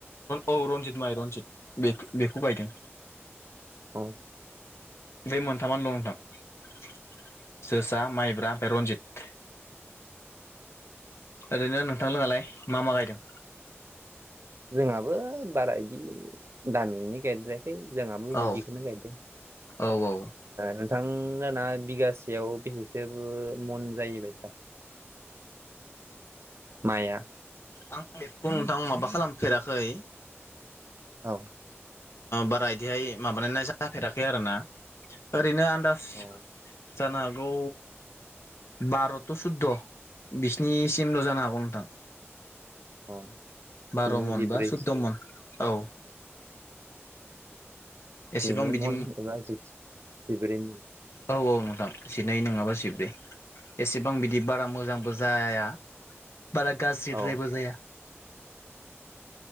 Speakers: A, on the left (about 70°); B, on the right (about 65°).
A: औ रनजित माइ रनजित बे बेखौ बायदों।
B: औ
A: बे मोनथामानो दं नोंथां। जोसा माइब्रा ओमफ्राय रनजित ओरैनो नोंथां लोङालाय मा मा गायदों?
B: जोंहाबो बारा इदि दामिनि गाइेर जाय जोंहाबो बिदिखौनो
A: औ
B: गायदों।
A: औ औ
B: नोंथां जाना बिगासेयाव बेसेसोबो मन जायोबाय सा माया
A: आं बेखौ नोंथां माबा खालामफेराखै
B: औ।
A: बारा बिदिहाय माबानायनाय जाफेराखै आरो ना ओरैनो आ
B: औ।
A: जानो हागौ बार'थ' सुद' बिसिनिसिमल' जानो हागौ नोंथां।
B: औ।
A: बार'
B: दिनै
A: मन
B: जिब्रै
A: बा सुदद' मन औ। एसेबां
B: दिनि
A: बिदि
B: मन एबा जि बिब्रै मन
A: औ औ नोंथां जिनै नङाबा सिब्रै एसेबां बिदि बारा मोजांबो जाया बारा गाज्रिद्रायबो
B: औ
A: जाया।